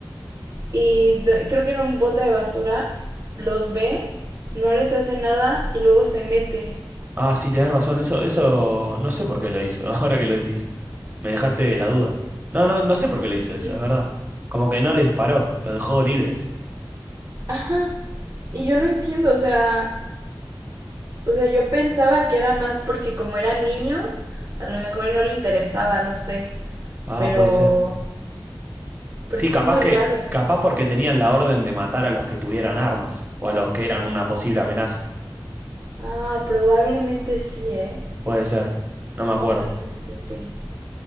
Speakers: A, on the right (about 40°); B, on the right (about 20°).
A: y do- creo que en un bote de basura los ve, no les hace nada y luego se mete.
B: Ah, sí, tenés razón, eso, eso no sé por qué lo hizo, <laughs> ahora que lo decís. Me dejaste la duda. No, no, no sé por
A: Sí.
B: qué lo hizo eso, es verdad. Como que no le disparó, lo dejó libres.
A: Ajá. Y yo no entiendo, o sea, O sea, yo pensaba que era más porque como eran niños, a lo mejor y no le interesaba, no sé.
B: Ah,
A: Pero,
B: puede ser.
A: pero
B: Sí,
A: estuvo
B: capaz
A: muy
B: que,
A: raro.
B: capaz porque tenían la orden de matar a los que tuvieran armas, o a los que eran una posible amenaza.
A: Ah, probablemente sí, ¿eh?
B: Puede ser, no me acuerdo.
A: Probablemente sí.